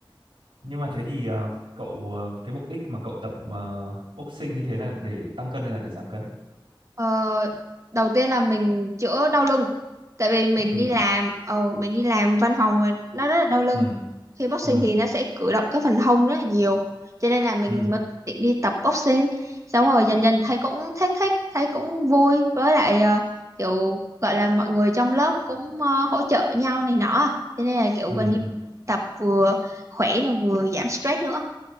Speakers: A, on the right; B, on the right.
A: nhưng mà thế thì ờ, cậu ờ, cái mục đích mà cậu tập uh, boxing như thế là để tăng cân hay là để giảm cân
B: Ờ, đầu tiên là mình chữa đau lưng tại vì mình
A: đau lưng
B: đi làm
A: à
B: ồ mình đi làm văn phòng mà nó rất là đau lưng
A: ừ
B: khi boxing
A: ừ
B: thì nó sẽ cử động cái phần hông rất là nhiều cho nên là mình
A: ừ
B: mới định đi tập boxing sau rồi dần dần thấy cũng thích thích thấy cũng vui với lại ờ, kiểu gọi là mọi người trong lớp cũng ờ, hỗ trợ nhau này nọ à. cho nên là kiểu
A: ừ
B: gần như
A: ừ
B: tập vừa khỏe mà vừa giảm stress nữa